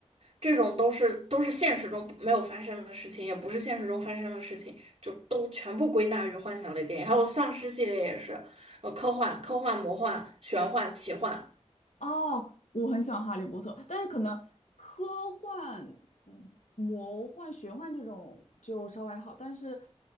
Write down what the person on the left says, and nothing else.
哦，我很喜欢《哈利波特》，但是可能科幻、嗯魔幻、玄幻这种就稍微还好，但是，